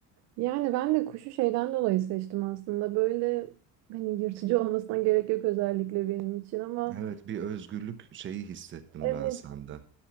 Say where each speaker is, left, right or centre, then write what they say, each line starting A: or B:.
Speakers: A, on the right; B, on the right.
A: Yani ben de kuşu şeyden dolayı seçtim aslında. Böyle hani yırtıcı olmasına gerek yok özellikle benim için ama
B: Evet bir özgürlük şeyi hissettim
A: evet
B: ben sende.